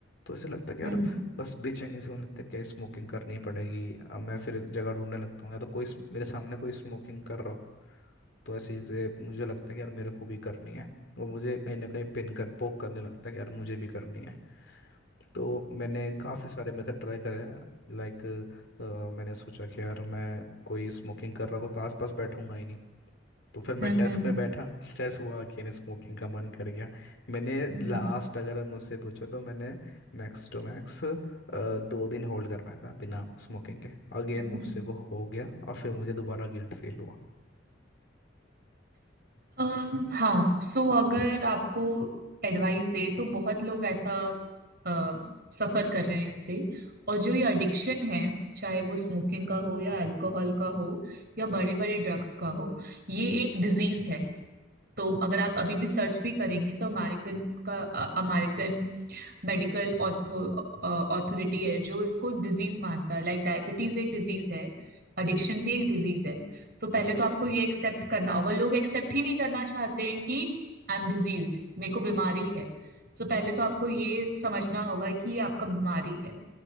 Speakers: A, on the left; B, on the right.
A: तो ऐसे लगता है कि यार
B: हम्म
A: बस बेचैनी से होने लगता है कि यार स्मोकिंग करनी पड़ेगी अब मैं फिर एक जगह ढूंढने लगता हूँ या तो कोई स्म- मेरे सामने कोई स्मोकिंग कर रहा हो तो ऐसे जैसे मुझे लगता है कि यार मेरे को भी करनी है और मुझे कहीं ना कहीं पिन कर पोक करने लगता है कि यार मुझे भी करनी है तो मैंने काफ़ी सारे मेथड ट्राई करे लाइक मैंने सोचा कि यार मैं कोई स्मोकिंग कर रहा हो तो आसपास बैठूंगा ही नहीं तो फिर मैं
B: हम्म
A: डेस्क
B: हम्म,
A: में बैठा स्ट्रेस हुआ अगेन स्मोकिंग का मन कर गया मैंने
B: हम्म,
A: लास्ट अगर मुझसे पूछो तो मैंने मैक्स टू मैक्स दो दिन होल्ड कर पाया था बिना स्मोकिंग के अगेन
B: हम्म।
A: मुझसे वो हो गया और फिर मुझे दोबारा गिल्ट फील हुआ
B: अम, हाँ सो अगर आपको एडवाइस दे तो बहुत लोग ऐसा अ, सफर कर रहे हैं इससे और जो ये एडिक्शन है चाहे वो स्मोकिंग का हो या अल्कोहल का हो या बड़े बड़े ड्रग्स का हो ये एक डिजीज है तो अगर आप अभी भी सर्च भी करेंगे तो अमेरिकन का अमेरिकन मेडिकल अथॉरिटी है जो इसको डिजीज मानता है लाइक डायबिटीज एक डिजीज है एडिक्शन भी एक डिजीज है सो so, पहले तो आपको ये एक्सेप्ट करना होगा लोग एक्सेप्ट ही नहीं करना चाहते हैं कि आई एम डिजीज्ड मेरे को बीमारी है सो so, पहले तो आपको ये समझना होगा कि ये आपका बीमारी है